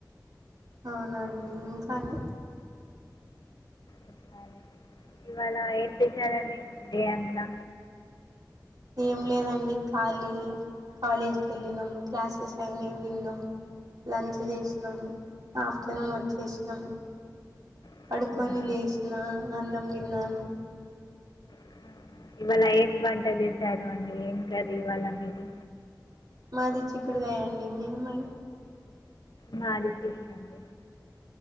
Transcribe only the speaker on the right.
అవునా అండి ఇంకా అండి
ఏం లేదండి ఖాళీ కాలేజ్కి వెళ్ళినాం క్లాసెస్ అయినవి విన్నాం లంచ్ చేసినాం ఆఫ్టర్నూన్ వచ్చేసినాం
పడుకొని లేసినా అన్నం తిన్నాను
మాది చిక్కుడు కాయండి. మీది మరి.